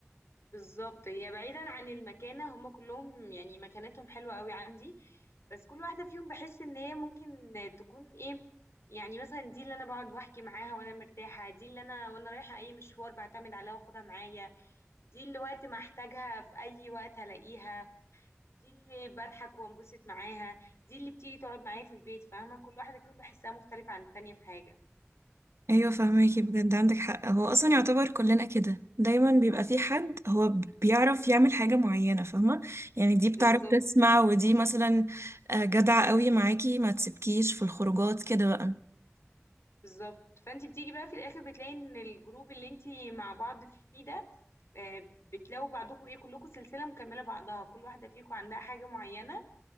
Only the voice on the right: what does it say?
ايوه فهماكي بجد عندك حق هو اصلا يعتبر كلنا كده دايما بيبقى في حد هو بيعرف يعمل حاجه معينه فاهمه يعني دي بتعرف
تسمع ودي مثلا آه، جدعه قوي معاكي ما تسيبكيش في الخروجات كده بقى